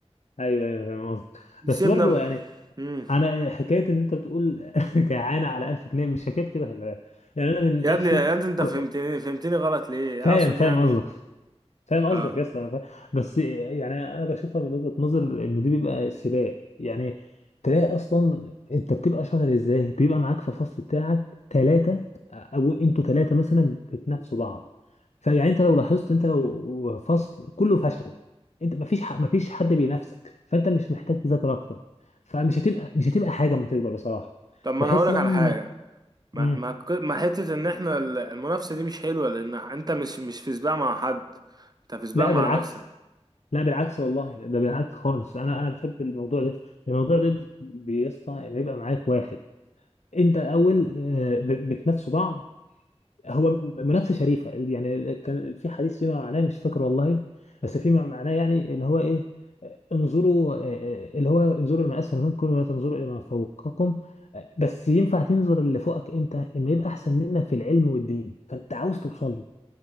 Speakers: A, on the left; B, on the right.
A: ايوه ايوه فاهم قصدك
B: سيبنا
A: بس برضو
B: ب...
A: يعني
B: مم.
A: انا حكايه ان انت بتقول <laughs> جعانه على 1000 جنيه مش حكايه كده خلي بالك يعني انا من
B: يا
A: نفسي
B: ابني يا ابني انت فهمتني
A: ك-
B: فهمتني غلط ليه
A: فاهم
B: اقصد
A: فاهم
B: يعني
A: قصدك فاهم قصدك
B: اه
A: يا اسطى أنا فاهم. بس يعني انا بشوفها من وجهة نظر ان دي بيبقى سباق يعني تلاقي اصلا انت بتبقى شاطر ازاي بيبقى معاك في الفصل بتاعك ثلاثة او انتوا ثلاثة مثلا بتنافسوا بعض فيعني انت لو لاحظت انت لو فصل كله فشل انت مفيش حق مفيش حد بينافسك فانت مش محتاج تذاكر اكتر فمش هتبقى مش هتبقى حاجة لما تكبر بصراحة
B: طب ما
A: بحس
B: انا هقولك
A: بقى
B: على
A: ان
B: حاجه ما
A: مم.
B: ما ك- ما حته ان احنا ال- المنافسه دي مش حلوه لان انت مش مش في سباق مع حد انت في سباق
A: لا
B: مع
A: بالعكس
B: نفسك
A: لا بالعكس والله ده بالعكس خالص انا انا بحب الموضوع ده الموضوع ده بيسطى بيبقى معاك واحد انت الاول آه، ب- بتنافسوا بعض هو م- منافسه شريفه يعني كان في حديث فيما معناه مش فاكر والله بس فيما معناه يعني اللي هو ايه آه، انظروا آه، آه، اللي هو انظروا لما اسفل منكم ولا تنظروا الى ما فوقكم آه، بس ينفع تنظر اللي فوقك امتى اما يبقى احسن منك في العلم والدين فانت عاوز توصل له